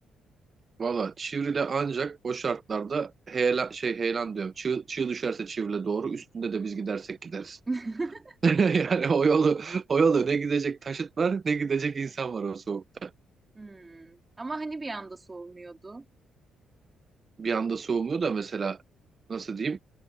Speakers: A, on the right; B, on the right.
A: Valla çivrile ancak o şartlarda heyelan, şey heyelan diyorum. Çığ, çığ düşerse çivrile doğru. Üstünde de biz gidersek gideriz.
B: <laughs>
A: <laughs> Yani o yolu o yolu ne gidecek taşıt var ne gidecek insan var o soğukta.
B: Hmm. Ama hani bir anda soğumuyordu.
A: Bir anda soğumuyor da mesela nasıl diyeyim